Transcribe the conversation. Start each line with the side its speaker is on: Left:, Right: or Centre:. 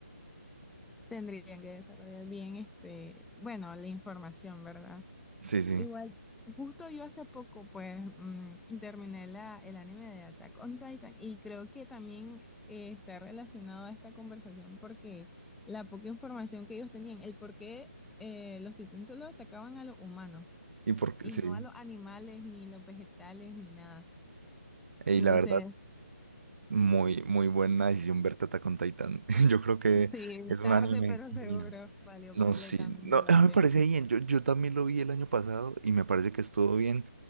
Centre: Tendrían que desarrollar bien este, bueno, la información, ¿verdad?
Right: Sí, sí.
Centre: Igual, justo yo hace poco, pues, mm, terminé la, el anime de Attack on Titan y creo que también eh, está relacionado a esta conversación porque la poca información que ellos tenían, el por qué eh, los titanes solo atacaban a los humanos
Right: Y porque
Centre: y
Right: sí.
Centre: no a los animales, ni los vegetales, ni nada.
Right: Y
Centre: Entonces,
Right: la verdad, muy, muy buena decisión ver Attack con Titan. <laughs> Yo creo que
Centre: sí,
Right: es un
Centre: tarde,
Right: anime
Centre: pero
Right: genial.
Centre: seguro, valió
Right: No,
Centre: completamente
Right: sí, no,
Centre: la
Right: <laughs> ah,
Centre: pena.
Right: me parece bien. Yo, yo también lo vi el año pasado y me parece que estuvo bien